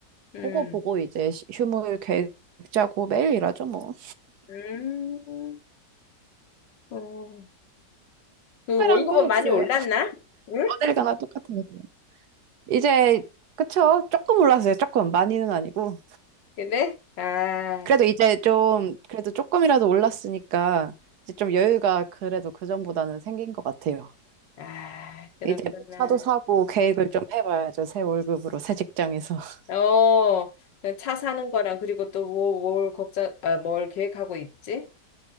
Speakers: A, on the left (about 85°); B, on the right (about 70°).
A: 음,
B: 그거 보고 이제 시- 휴무일 계획 짜고 매일 일하죠 뭐.
A: 음, 어. 그
B: 특별한
A: 월급은
B: 건 없어요.
A: 많이 올랐나? 응?
B: 어딜 가나 똑같은 것 같아요. 이제 그쵸? 조금 올랐어요. 조금 많이는 아니고.
A: 근데? 아,
B: 그래도 이제 좀 그래도 조금이라도 올랐으니까 이제 좀 여유가 그래도 그 전보다는 생긴 것 같아요.
A: 아, 그렇구나.
B: 이제 뭐 차도 사고 계획을 좀 해봐야죠. 새 월급으로 새 직장에서. <laughs>
A: 어, 그 차 사는 거랑 그리고 또 뭐, 뭘 걱정, 아, 뭘 계획하고 있지?